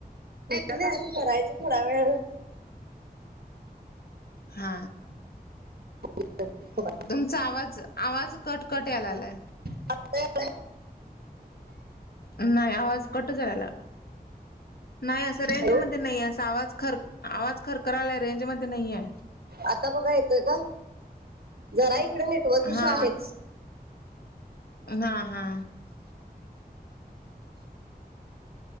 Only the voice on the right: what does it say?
करायचं आता थोडा वेळन.
<inaudible>
आता यायलाय?
हॅलो
आता बघा येतोय का जरा इकडे नेट वर्क इशू
आहेच.